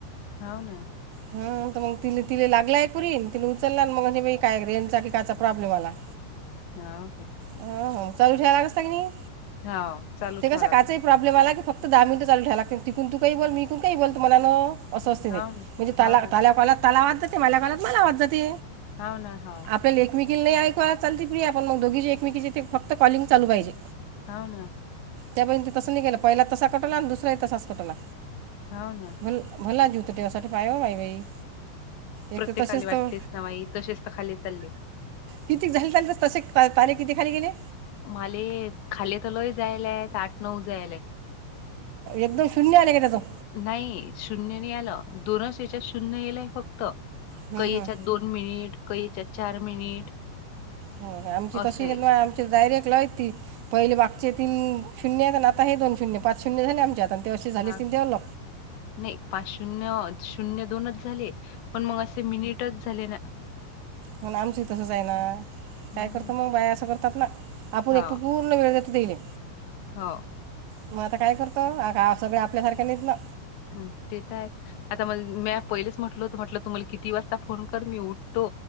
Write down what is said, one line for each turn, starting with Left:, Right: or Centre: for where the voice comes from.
Left: होऊ ना.
Right: ह मग ति तिला लागलाय पुरी ति उचलला ना मग म्ह काय रेनचा क कायचा प्रॉब्लेम आला.
Left: हाव का.
Right: ह चालू ठेवालाग असत की नाही
Left: हाव चालू
Right: ते कसं
Left: ठेवा लागलो
Right: काचा प्रॉ् आप मला की फक् दहा मिनट चालू ठय ला तून तू काही बोल मीून काही बोलतु मला ना असं असते
Left: हाव
Right: ते
Left: ना
Right: म्हणजे त्याला
Left: हाव ना
Right: त्याला कालात त्याला आवाज जाते माझ्या काळत मला आवाज जाते.
Left: हाव ना हव
Right: आपल्याला एकमेकीला ऐकवा चालते फ्री आपण मग दोघी जे एकमेकीचे ते फत कॉलिंग चालू पाहिजे.
Left: हा ना.
Right: त्यापै तसं नि गेलं पहिला तसा कटवला आणि दुसराही तसाच कटवला.
Left: हो ना.
Right: भ भला जूत टेवासाठी पाय बाई बाई एक
Left: प्रत्येकाला
Right: तर तसेच तर
Left: वाटतेस ना बाई तसेच तर खाली चालले.
Right: किती झा पाहिज तसे पारे किती खाली गेले.
Left: मले खाली तलय जायला आहेत आठ नऊ जायला आहे.
Right: एकदम शून्य आले ग त.
Left: नाही शून्य नाही आलं दोनच याच्यात शून्य येलय फक्त
Right: हं,
Left: कही
Right: हं.
Left: याच्या दोन मिनिट कयच्या चार मिनिट.
Right: हो आमची
Left: असं
Right: तशी
Left: येईल.
Right: आम डायरेक्ट ला पहिले बागचे तीन शून्य आणि आता हे दोन शून्य पाच शून्य झाले आमच्यात आणि ते अशी झाली
Left: हां,
Right: ती ते ल
Left: नाही पाच शून्य शून्य दोनच झाले पण मग असे मिनिटच झाले ना
Right: म्हण आमचंही तसंच आहे ना
Left: हं,
Right: काय करतं मग बाय असं करतात ना आपण
Left: हां,
Right: एकटे पू वेळ तेईले
Left: हो.
Right: मग आता काय करतो आ सगळ आपल्यासारख्या नेत ना.
Left: ह ते तर आहेत. आता म मी पहिलेच म्हटल होत म्हटलं, तुम्हाला किती वाजता फोन कर मी उठतो.